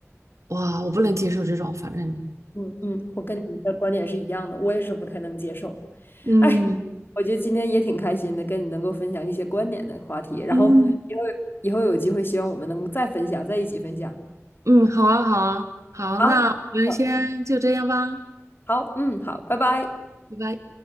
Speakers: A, on the right; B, on the left.
A: 哇，我不能接受这种，反正。
B: 嗯嗯，我跟你的观点是一样的，我也是不太能接受。
A: 嗯，
B: 哎，我觉得今天也挺开心的，跟你能够分享一些观点的话题，然后以后以后有机会，
A: 嗯
B: 希望我们能再分享，在一起分享。
A: 嗯，好啊，好啊，好，
B: 好，
A: 那我们先就这样吧，
B: 好，好，嗯，好，拜拜。
A: 拜拜。